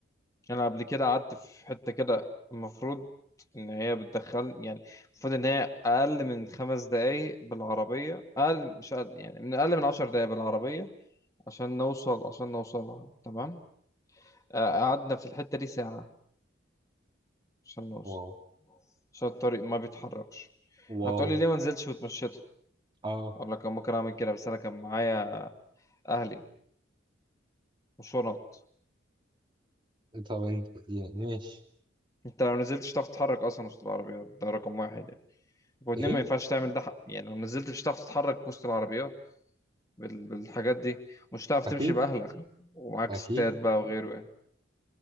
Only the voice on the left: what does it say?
أنا قبل كده قعدت في حتة كده المفروض إن هي بتدخل يعني المفروض إن هي أقل من خمس دقايق بالعربية أقل مش أقل يعني من أقل من عشر دقايق بالعربية عشان نوصل عشان نوصلها تمام آه، قعدنا في الحتة دي ساعة عشان نوصل
عشان الطريق ما بيتحركش
هتقولي ليه ما نزلتش وتمشيتها
أقول لك أنا ممكن أعمل كده بس أنا كان معايا أهلي وشنط
انت لو نزلت مش هتعرف تتحرك اصلا وسط العربيات ده رقم واحد يعني واتنين
ما ينفعش تعمل ده حق. يعني لو نزلت مش هتعرف تتحرك وسط العربيات بال... بالحاجات دي مش هتعرف
تمشي باهلك ومعاك
ستات بقى وغيره يعني